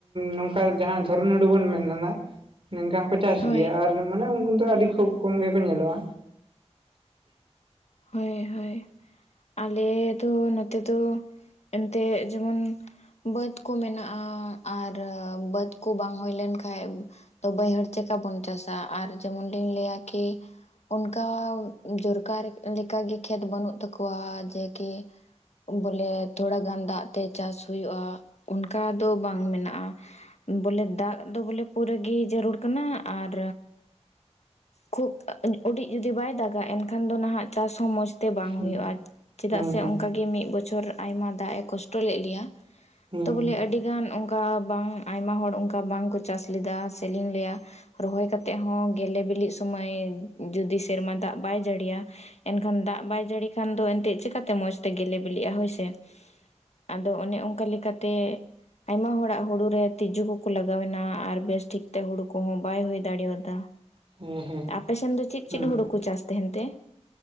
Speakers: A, on the right; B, on the left.
A: ᱱᱚᱝᱠᱟ ᱡᱟᱦᱟᱸ ᱫᱷᱚᱨᱚᱱ ᱦᱩᱲᱩ ᱵᱚᱱ ᱢᱮ ᱢᱮᱱᱟ ᱱᱤᱝᱠᱟ ᱦᱚᱸᱠᱚ ᱪᱟᱥ
B: ᱦᱳᱭ
A: ᱜᱮᱭᱟ ᱟᱨ ᱢᱟᱱᱮ ᱩᱱᱠᱩ ᱫᱚ ᱟᱹᱰᱤ ᱠᱷᱩᱵ ᱠᱚᱢ ᱜᱮᱠᱚ ᱧᱮᱞᱚᱜᱼᱟ
B: ᱦᱳᱭ ᱦᱳᱭ ᱟᱞᱮ ᱫᱚ ᱱᱚᱛᱮ ᱫᱚ ᱮᱱᱛᱮᱫ ᱡᱮᱢᱚᱱ ᱵᱟᱹᱫᱽ ᱠᱚ ᱢᱮᱱᱟᱜᱼᱟ ᱟᱨ ᱵᱟᱹᱫᱽ ᱠᱚ ᱵᱟᱝ ᱦᱩᱭ ᱞᱮᱱ ᱠᱷᱟᱡ ᱛᱚ, ᱵᱟᱹᱭᱦᱟᱹᱲ ᱪᱮᱠᱟ ᱵᱚᱱ ᱪᱟᱥᱟ ᱟᱨ ᱡᱮᱢᱚᱱ ᱞᱤᱧ ᱞᱟᱹᱭᱟ ᱠᱤ ᱚᱱᱠᱟ ᱡᱚᱨᱠᱟᱨ ᱞᱮᱠᱟ ᱜᱤ ᱠᱷᱮᱛ ᱵᱟᱹᱱᱩᱜ ᱛᱟᱠᱚᱣᱟ ᱡᱮ ᱠᱤ ᱵᱚᱞᱮ ᱛᱷᱚᱲᱟ ᱜᱟᱱ ᱫᱟᱜ ᱛᱮ ᱪᱟᱥ ᱦᱳᱭᱳᱼᱟ, ᱚᱱᱠᱟ ᱫᱚ ᱵᱟᱝ ᱢᱮᱱᱟᱜᱼᱟ᱾ ᱵᱚᱞᱮ ᱫᱟᱜ ᱫᱚ ᱵᱚᱞᱮ ᱯᱩᱨᱟᱹ ᱜᱮ ᱡᱟᱹᱨᱩᱲ ᱠᱟᱱᱟ ᱟᱨ ᱠᱷᱩᱵ ᱩᱰᱤᱡ ᱡᱩᱫᱤ ᱵᱟᱭ ᱫᱟᱜᱟ ᱮᱱᱠᱷᱟᱱ ᱫᱚ ᱱᱟᱦᱟᱜ ᱪᱟᱥ ᱦᱚᱸ ᱢᱚᱸᱡᱽ ᱛᱮ ᱵᱟᱝ
A: ᱦᱮᱸ
B: ᱦᱩᱭᱩᱜᱼᱟ, ᱪᱮᱫᱟᱜ
A: ᱦᱮᱸ
B: ᱥᱮ
A: ᱦᱮᱸ
B: ᱚᱱᱠᱟ ᱜᱮ ᱢᱤᱫ ᱵᱚᱪᱷᱚᱨ ᱟᱭᱢᱟ ᱫᱟᱜ ᱮ ᱠᱚᱥ ᱴᱚ ᱞᱮᱜᱭᱟ
A: ᱦᱮᱸ
B: ᱛᱚ ᱵᱚᱞᱮ ᱟᱹᱰᱤᱜᱟᱱ ᱚᱱ ᱠᱟ ᱵᱟᱝ ᱟᱭᱢᱟ ᱦᱚᱲ ᱚᱱᱠᱟ ᱵᱟᱝᱠᱚ ᱪᱟᱥ ᱞᱮᱫᱟ, ᱥᱮᱞᱤᱝ ᱞᱮᱭᱟ ᱨᱚᱦᱚᱭ ᱠᱟᱛᱮᱜ ᱦᱚᱸ ᱜᱮᱞᱮ ᱵᱤᱞᱤᱜ ᱥᱚᱢᱚᱭ ᱡᱩᱫᱤ ᱥᱮᱨᱢᱟ ᱫᱟᱜ ᱵᱟᱭ ᱡᱟᱹᱲᱤᱭᱟ ᱮᱱᱠᱷᱟᱱ ᱫᱟᱜ ᱵᱟᱭ ᱡᱟᱹᱲᱤ ᱠᱷᱟᱱ ᱫᱚ ᱮᱱᱛᱮᱫ ᱪᱤᱠᱟᱛᱮ ᱢᱚᱸᱡᱽᱛᱮ ᱜᱮᱞᱮ ᱵᱤᱞᱤᱜᱼᱟ, ᱦᱳᱭ ᱥᱮ᱾ ᱟᱫᱚ ᱚᱱᱮ ᱚᱱᱠᱟ ᱞᱮᱠᱟᱛᱮ ᱟᱭᱢᱟ ᱦᱚᱲᱟᱜ ᱦᱩᱲᱩ ᱨᱮ ᱛᱤᱡᱩ ᱠᱚᱠᱚ ᱞᱟᱜᱟᱣ ᱮᱱᱟ ᱟᱨ ᱵᱮᱥ ᱴᱷᱤᱠ ᱛᱮ ᱦᱩᱲᱩ ᱠᱚᱦᱚᱸ ᱵᱟᱭ ᱦᱩᱭ ᱫᱟᱲᱮᱭᱟᱫᱟ᱾
A: ᱦᱮᱸ ᱦᱮᱸ
B: ᱟᱯᱮ ᱥᱮᱱ ᱫᱚ ᱪᱮᱫ
A: ᱦᱮᱸ
B: ᱪᱮᱫ ᱦᱩᱲᱩ ᱠᱚ ᱪᱟᱥ ᱛᱟᱦᱮᱱ ᱛᱮ?